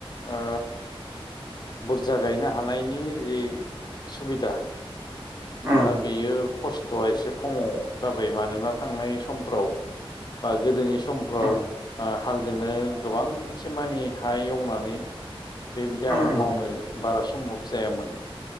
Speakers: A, on the left; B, on the right.
A: ओ बुरजा गायनो हानायनि जि सुबिदा
B: उम
A: दा बेयो खस्थ थ'आ एसे खमाव जाबाय मानोना थांनाय समफ्राव बा गोदोनि सम समफ्राव
B: उम
A: आ हालजोंनो गोबांसे मानि हा एवनानै बेबायदि
B: उम
A: आबाद
B: उम
A: मावनो बारा सम्भब जायामोन।